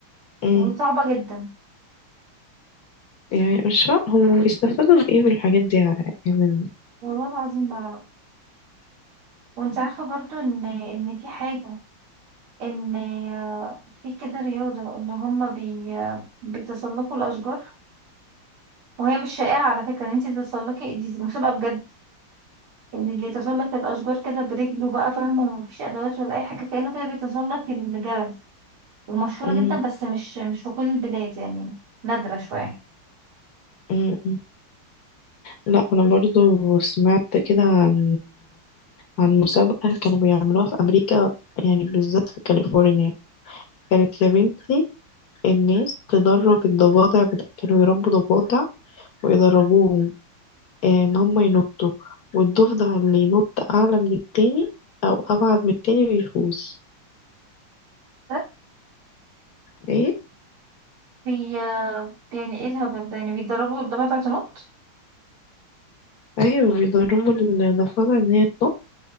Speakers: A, on the left; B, on the right.
A: م.
B: وصعبة جدا
A: يعني مش فاهم هم بيستفادوا بإيه بالحاجات دي يعني من
B: والله العظيم بعرف وانت عارفة برضو ان ان في حاجة ان في كده رياضة ان هما بي بيتسلقوا الأشجار وهي مش شائعة على فكرة ان انتي تتسلقي دي مسابقة بجد ان اللي يتسلق الاشجار كده برجله بقى فاهمه ومفيش ادوات ولا اي حاجه كانه كده بيتسلق الجبل ومشهوره
A: م-
B: جدا بس مش مش في كل البلاد يعني نادره شويه
A: م- م. لا انا برضو سمعت كده عن عن مسابقة كانوا بيعملوها في امريكا يعني بالذات في كاليفورنيا كانت يا بنتي الناس تدرب الضفادع بتا... كانوا يربوا ضفادع ويدربوهم آه، ان هم ينطوا والضفدع اللي ينط اعلى من التاني او ابعد من التاني بيفوز
B: ده
A: ايه
B: بي يعني ايه الهبل ده يعني بيتدربوا قدامها تلات نقط
A: ايوه بيدربوا الضفادع ان هي تنط